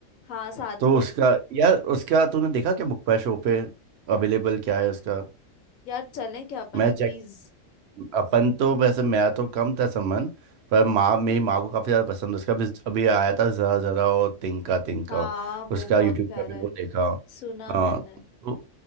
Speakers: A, on the left; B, on the right.
A: हाँ सात
B: तो
A: को
B: उसका यार उसका तूने देखा क्या बुक पे शो पे अवेलेबल क्या है उसका
A: यार चलें क्या अपन
B: मैं चेक
A: प्लीज
B: अपन तो वैसे मेरा तो कम था संबंध पर माँ मेरी माँ को काफ़ी ज़्यादा पसंद है उसका भी अभी आया था ज़रा ज़रा और तिनका तिनका
A: हाँ वो
B: उसका
A: बहुत
B: यूट्यूब
A: प्यारा
B: पे भी
A: है
B: वो देखा
A: सुना
B: हाँ
A: मैंने
B: तो